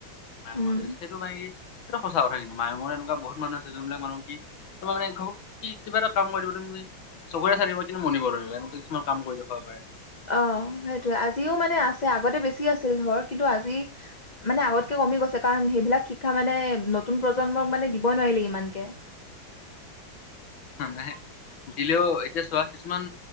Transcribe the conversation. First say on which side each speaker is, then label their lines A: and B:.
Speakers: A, on the left (about 80°); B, on the left (about 25°).
A: মায়ঙৰ
B: উম
A: সেইটো মানে কি? টো সচা কথা কিন্ত মাঙয়ৰ এনেকুৱা মানুহ আছে যোনবিলাক মানুহ কি তোমাৰ মানে ঘ কি কিবা এটা কাম কৰিব তুমি চবৰে চাৰিবা কিন্তু মনিব নিবা এনেকে কিছুমান কাম কৰি দেখুৱাব পাৰে।
B: অ সেইটোৱে আজিও মানে আছে আগতে বেছি আছিল ধৰ কিন্তু আজি মানে আগতকে কমি গৈছে কাৰণ সেইবিলাক শিক্ষা মানে নতুন প্ৰজন্মক মানে দিব নোৱাৰিলে ইমানকে
A: নাহে দিলেও এতিয়া চোৱা কিছুমান